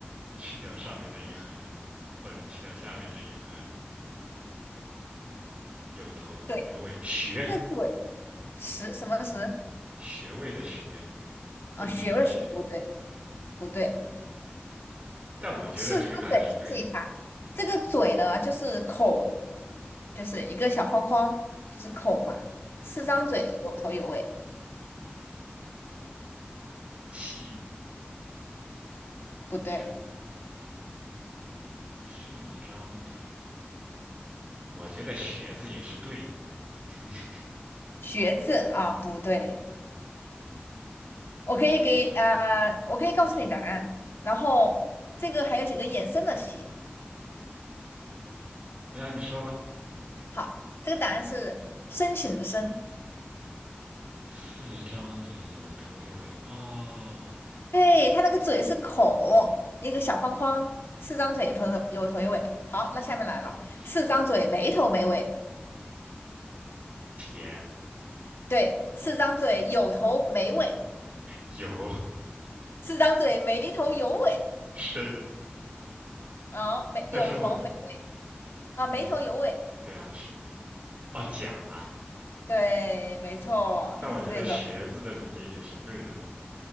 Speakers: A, on the right; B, on the left.
A: 去掉上面那一横，或者去掉下面这一横，有头有尾，
B: 对，
A: 学
B: 这个嘴十什么十？
A: 学位的学，
B: 啊，
A: 洞穴的穴。
B: 学不学，不对，不对，
A: 但我觉得这个答案是对的。
B: 四张嘴试一下。这个嘴呢，就是口，就是一个小方框，就是口嘛。四张嘴，
A: 嗯，
B: 有头有尾，
A: 气也不像，
B: 不对。
A: 四张嘴，我觉得学字也是对的。<laughs>
B: 学字啊，不对。我可以给啊、
A: 四四张嘴，
B: 呃我可以告诉你答案。
A: 有头有尾。
B: 然后这个还有几个衍生的题。
A: 那你说吧。
B: 好，这个答案是申请的申。
A: 四张嘴，有头有尾。哦，
B: 对，它那个嘴是口，一个小方框，四张腿，有头有头有尾。好，那下面来了，
A: 对的，
B: 四张嘴没头没尾，
A: 甜
B: 对，四张嘴有头没尾，
A: 有
B: 四张嘴没头有尾，
A: <laughs> 深，
B: 啊，没有头没尾
A: 但是我
B: 啊，
A: 有的
B: 没头有尾，
A: 对啊是哦甲。
B: 对，没错，
A: 但我觉得学字的理解也是对的。
B: 它就是这种。